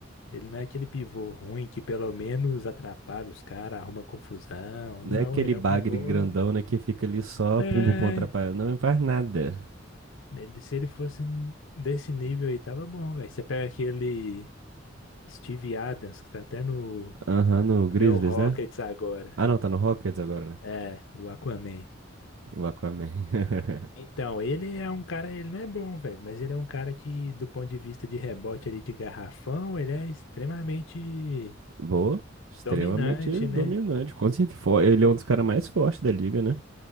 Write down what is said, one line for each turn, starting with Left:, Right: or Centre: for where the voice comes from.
Left: Ele não é aquele pivô ruim que pelo menos atrapalha os caras, arruma confusão.
Right: Não
Left: Não,
Right: é aquele
Left: ele
Right: bagre
Left: é um pivô.
Right: grandão, né, que fica ali só
Left: É.
Right: pumbo pum atrapalhando. Não faz nada.
Left: Ele, se ele fosse n- desse nível aí, tava bom, velho. Você pega aquele Steve Adams, que tá até no,
Right: Aham, no
Left: no
Right: Grizzlies,
Left: meu Rockets
Right: né?
Left: agora.
Right: Ah, não, tá no Rockets agora, né?
Left: É, o Aquaman.
Right: O Aquaman. <laughs>
Left: Então, ele é um cara, ele não é bom, velho, mas ele é um cara que, do ponto de vista de rebote ali de garrafão, ele é extremamente
Right: Boa. Extremamente
Left: dominante,
Right: dominante.
Left: né?
Right: Com certeza. fo- Ele é um dos caras mais fortes da liga, né?